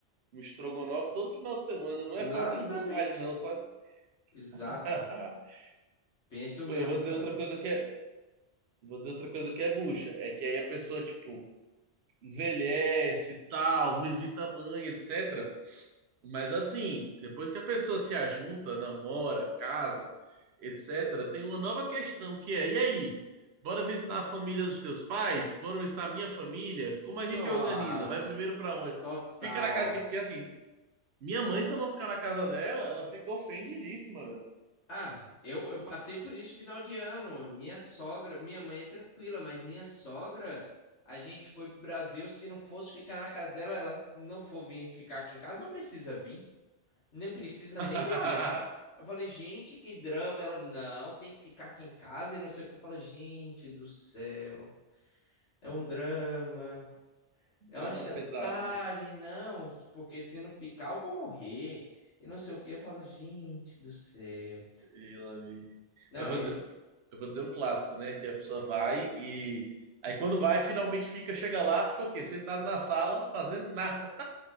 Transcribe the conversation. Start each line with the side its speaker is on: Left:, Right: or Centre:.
Right: um- um estrogonofe todo final de semana.
Left: Exatamente.
Right: Não é falta de vontade, não, sabe?
Left: Exato.
Right: <laughs>
Left: Penso mesmo,
Right: Pô, eu vou
Left: sabe?
Right: dizer outra coisa que é, vou dizer outra coisa que é bucha. É que aí a pessoa, tipo, envelhece e tal, visita a mãe, etc. Mas assim, depois que a pessoa se ajunta, namora, casa, etc., tem uma nova questão que é: e aí? Bora visitar a família dos teus pais? Bora visitar a minha família? Como a
Left: Nossa,
Right: gente organiza? Vai primeiro pra onde?
Left: total.
Right: Fica na casa. que- Porque assim, minha mãe, se eu não ficar na casa dela, ela fica ofendidíssima, velho.
Left: Ah, eu, eu passei por isso final de ano. Minha sogra, minha mãe é tranquila, mas minha sogra, a gente foi pro Brasil. Se não fosse ficar na casa dela, ela não for vir ficar aqui em casa, não precisa vir, nem precisa
Right: <laughs>
Left: nem me olhar. Eu falei, gente, que drama. Ela, não, tem que ficar aqui em casa e não sei o que. Eu falei, gente do céu, é um drama,
Right: Drama
Left: é uma chantagem,
Right: pesado.
Left: não, isso porque se não ficar, eu vou morrer. E não sei o que. Eu falo, gente do céu.
Right: E lá- e-
Left: Não,
Right: eu vou dizer, um- eu vou dizer um clássico, né? Que a pessoa vai e. Aí quando vai, finalmente fica, chega lá, fica o quê? Sentado na sala, fazendo nada.